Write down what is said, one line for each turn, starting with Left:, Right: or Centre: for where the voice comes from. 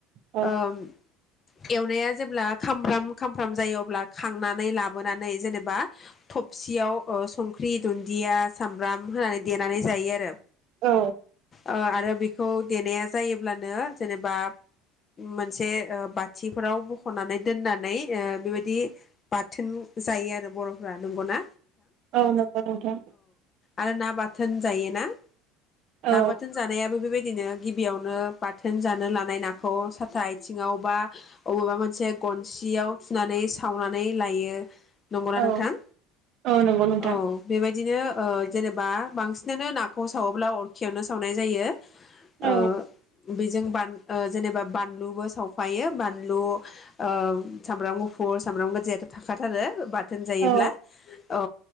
Right: औ
Left: ओम। एवनाया जेब्ला खामब्राम खामफ्राम जायो अब्ला खांनानै लाबोनानै जेनेबा थबसियाव ओ संख्रि दुन्दिया सामब्राम होनानै देनानै जायो आरो।
Right: औ।
Left: ओ आरो बेखौ देनाया जायोब्लानो जेनेबा मोनसे ओ बाथिफोराव बख'नानै दोननानै ओ बेबायदि बाथोन जायो आरो बर'फोरा। नंगौ ना?
Right: औ नंगौ नोंथां।
Left: आरो ना बाथोन जायो ना?
Right: औ
Left: ना बाथोन जानायाबो बेबायदि दिनो गिबियावनो बाथोन जानो लानाय नाखौ साथा आथिङाव बा अबेबा मोनसे गनसियाव थुनानै सावना नै लायो। नंगौना
Right: औ
Left: नोंथां?
Right: औ नंगौ नोंथां
Left: औ बेबायदिनो ओ जेनेबा बांसिनानो नाखौ सावोब्ला अरखियावनो सावनाय जायो।
Right: औ
Left: ओ बेजों बान ओ जेनेबा बानलुबो सावफायो बानलु ओ सामब्राम गुफुर सामब्राम गो जे थाखाथारो बाट थोन जायोब्ला
Right: औ
Left: औ